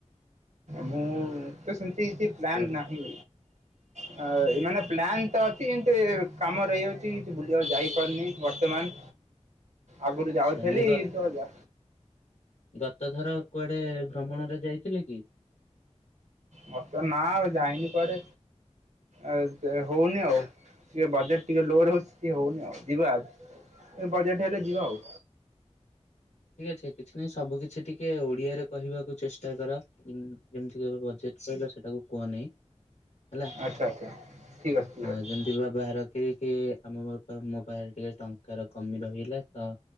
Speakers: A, on the right; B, on the left.
A: ମୁଁ ଏତେ ସେମିତି କି ପ୍ଲାନ
B: କୁଆଡେ
A: ନାହିଁ। ହ ଏ ମାନେ ପ୍ଲାନ୍ ତ ଅଛି କିନ୍ତୁ ଏ କାମ ରହିଯାଉଚି ଟି କେ ବୁଲିଆକୁ ଯାଇପାରୁନି ବର୍ତ୍ତମାନ୍। ଆଗରୁ
B: ଆଚ୍ଛା
A: ଯାଉଥିଲି
B: ନାଇଁ
A: ତ ଯା
B: ଗତ ଥର କୁଆଡେ ଭ୍ରମଣରେ ଯାଇଥିଲେ କି?
A: ମତ ନା ଆଉ ଯାଇନି କୁଆଡେ ଆଦେ ହଉନି ଆଉ। ଟିକେ ବଜେଟ୍ ଟିକେ ଲୋ ରହୁଚି ଟିକେ ହଉନି ଆଉ ଯିବା ଆଉ ବଜେଟ୍ ହେଲେ ଯିବା ଆଉ।
B: ଠିକ୍ ଅଛି କିଛି ନାଇଁ ସବୁ କିଛି ଟିକିଏ ଓଡିଆରେ କହିବାକୁ ଚେଷ୍ଟା କର। ଯେମ୍ ଯେମିତି କି ଏବେ ବଜେଟ୍ କହିଲ ସେଟାକୁ କୁହ ନାହିଁ। ହେଲା।
A: ଆଚ୍ଛା ଆଚ୍ଛା ଠିକ୍ ଅଛି ଠିକ୍
B: ହଁ
A: ଅଛି
B: ଯେମ୍ ଯିବା ବାହାର କରିିକି ଆମ <inaudible> ମୋ ପାଖରେ ଟିକେ ଟଙ୍କାର କମି ରହିଲା। ତ